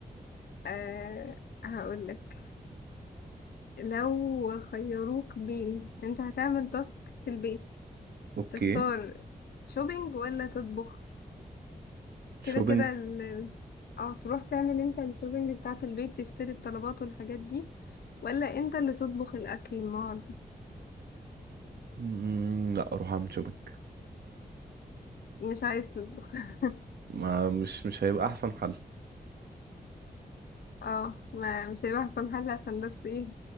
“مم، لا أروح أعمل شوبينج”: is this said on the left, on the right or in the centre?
Right